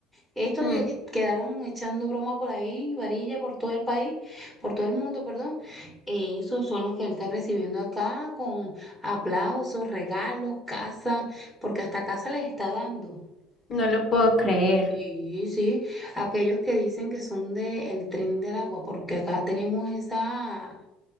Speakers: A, in the centre; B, on the left.
A: Estos
B: Mm,
A: que quedaron echando broma por ahí, varilla por todo el país, por todo el mundo, perdón, eh, esos son los que él está recibiendo acá con aplausos, regalos, casa, porque hasta casa les está dando.
B: No lo puedo creer.
A: Sí, sí, aquellos que dicen que son del tren del agua, porque acá tenemos esa,